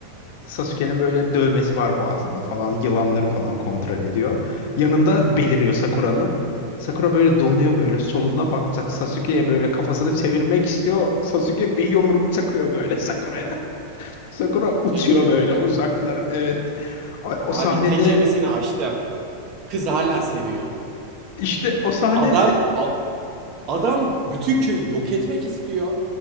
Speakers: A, on the left; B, on the right.
A: Sasuke'nin böyle dövmesi var boğazında falan. Yılanları falan kontrol ediyor. Yanında beliriyor Sakura'nın. Sakura böyle donuyor böyle soluna bakacak. Sasuke'ye böyle kafasını çevirmek istiyor. Sasuke bir yumruk çakıyor böyle Sakura'ya. Sakura uçuyor
B: Tekyo
A: böyle
B: ya.
A: uzaklara. Evet. Ay, o
B: Abi
A: sahnede
B: tek yemesini açtım. Kız hala seviyor.
A: işte o sahne
B: Adam a- adam bütün köyü yok etmek istiyor.